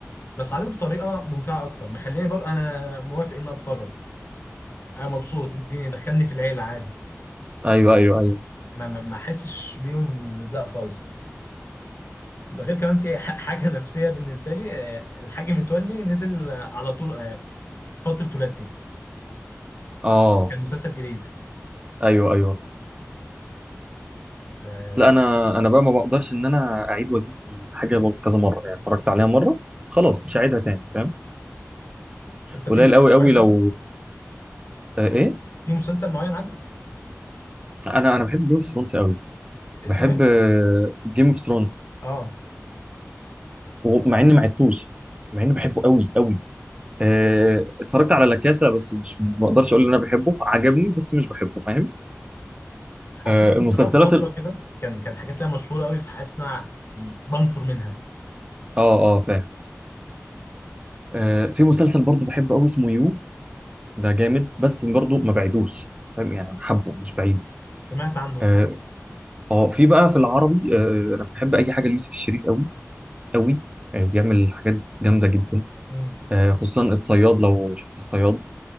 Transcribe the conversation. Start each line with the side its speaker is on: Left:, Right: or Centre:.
Left: بس عارض بطريقه ممتعه اكتر مخليني برضو انا موافق ان اتفرج انا مبسوط اديني دخلني في العيله عادي
Right: ايوه ايوه ايوه
Left: ما ما ما احسش بيهم زهق خالص ده غير كمان في <laughs> ح- حاجه نفسيه بالنسبه لي آه، الحاج متولي نزل آه، على طول آه، فتره ولادتي
Right: اه
Left: كان مسلسل جديد
Right: ايوه ايوه
Left: آه،
Right: لا انا انا بقى ما بقدرش ان انا اعيد وازيد في الحاجه كذا مره يعني اتفرجت عليها مره خلاص مش هعيدها تاني فاهم
Left: انت
Right: قليل
Left: في مسلسل
Right: قوي قوي
Left: معين عاجبك
Right: لو آه ايه
Left: في مسلسل معين عاجبك
Right: انا انا بحب جيم اوف ثرونز قوي
Left: اسمه
Right: بحب
Left: ايه
Right: جيم اوف ثرونز
Left: اه
Right: مع اني ما عدتوش مع اني بحبه قوي قوي آه اتفرجت على لاكاسا بس مش ما اقدرش اقول ان انا بحبه عجبني بس مش بحبه فاهم
Left: حسيت
Right: آه المسلسلات
Left: ان طلع في فتره
Right: ال...
Left: كده كان كانت حاجات ليها مشهوره قوي فحاسس ان انا مم، بنفر منها
Right: اه اه فاهم آه في مسلسل برضه بحبه قوي اسمه يو ده جامد بس
Left: مم.
Right: برضه ما بعيدوش فاهم يعني حبه مش بعيده
Left: سمعت عنه
Right: آه،
Left: في مره
Right: اه في بقى في العربي آه، انا بحب اي حاجه ليوسف الشريف قوي قوي آه، بيعمل حاجات جامده جدا
Left: مم.
Right: آه، خصوصا الصياد لو شفت الصياد